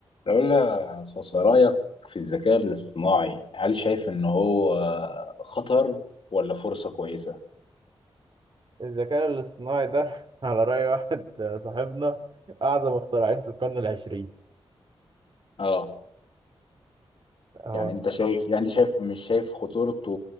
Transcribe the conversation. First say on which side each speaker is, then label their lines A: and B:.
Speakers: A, on the left; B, on the right.
A: لو لها صوص رأيك في الذكاء الاصطناعي هل شايف إن هو خطر ولا فرصة كويسة؟
B: الذكاء الاصطناعي ده <laughs> على رأي واحد صاحبنا أعظم اختراعين في القرن العشرين
A: اه
B: هو
A: يعني انت شايف يعني انت شايف مش شايف خطورته